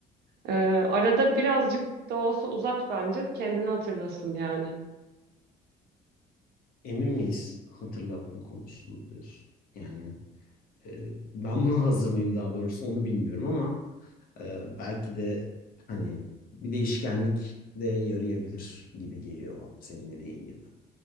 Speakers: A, on the right; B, on the left.
A: E, arada birazcık da olsa uzat bence kendini hatırlasın yani.
B: Emin miyiz hatırlatma konusunda diyorsun? Yani e, ben buna hazır mıyım daha doğrusu onu bilmiyorum ama e, belki de hani bir değişkenlik de yarayabilir gibi geliyor bana senin dediğin gibi.